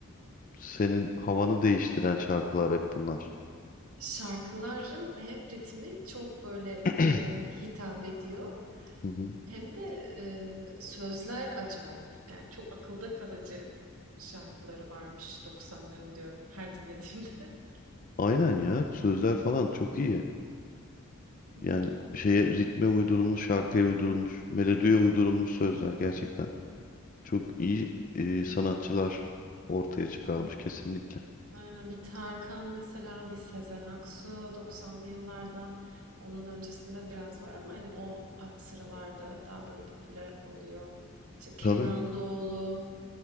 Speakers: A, on the left; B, on the right.
A: senin havanı değiştiren şarkılar hep bunlar.
B: Şarkıların hem ritmi çok böyle
A: <clears throat>
B: eee, hitap ediyor
A: Hı hı.
B: hem de eee, sözler acayip. Yani çok akılda kalıcı şarkıları varmış 90'ların diyorum her dinlediğimde. <laughs>
A: Aynen ya sözler falan çok iyi.
B: Evet.
A: Yani şeye ritme uydurulmuş, şarkıya uydurulmuş, melodiye uydurulmuş sözler gerçekten. Çok iyi e, sanatçılar ortaya çıkarmış kesinlikle.
B: Aynen bir Tarkan mesela bir Sezen Aksu 90'lı yıllardan onun öncesinde biraz var ama hani o sıralarda daha böyle popüler oluyor. İşte Kenan
A: Tabii
B: Doğulu,